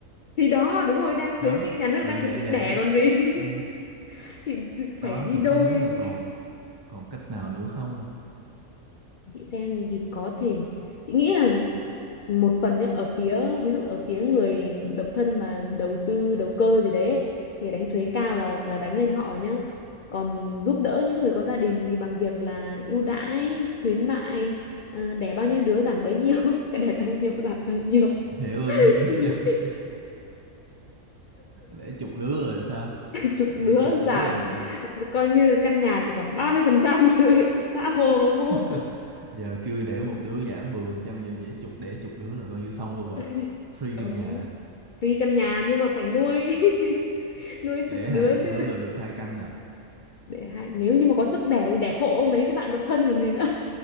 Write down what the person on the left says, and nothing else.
thì đó đúng rồi
đang khuyến
khích nhà nước
đang khuyến
khích
đẻ còn gì <laughs>
thì phải
đi
đôi
chị xem thì có thể chị nghĩ là một phần nhá ở phía ví dụ ở phía người độc thân mà đầu tư đầu cơ gì đấy ấy, thì đánh thuế cao là là đánh lên họ nhá còn giúp đỡ những người có gia đình thì bằng việc là ưu đãi khuyến mại ờ, đẻ bao nhiêu đứa giảm bấy nhiêu <laughs> cái đẻ càng nhiều giảm càng nhiều <laughs>
chục
đứa
giảm
coi như căn nhà chỉ còn 30% thôi <laughs> tha hồ mà mua
<laughs>
ừ.
free căn nhà nhưng mà phải nuôi <laughs> nuôi
chục đứa
chứ
để hai nếu như mà có sức đẻ thì đẻ hộ mấy cái bạn độc thân còn gì nữa